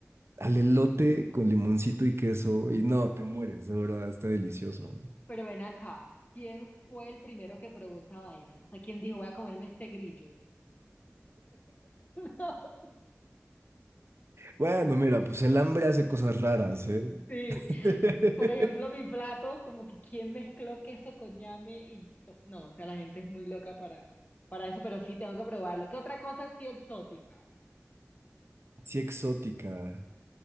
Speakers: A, on the right (about 60°); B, on the left (about 35°).
A: al elote con limoncito y queso y no, te mueres, de verdad, está delicioso.
B: pero ven acá. ¿Quién fue el primero que probó esa vaina? O sea, ¿quién dijo, voy a comerme este grillo? <laughs>
A: Bueno, mira, pues el hambre hace cosas raras, ¿eh?
B: Sí.
A: <laughs>
B: Por ejemplo, mi plato, como que quién mezcló queso con ñame y... No, o sea, la gente es muy loca para, para eso, pero sí, tengo que probarlo. ¿Qué otra cosa así exótica?
A: Sí, exótica.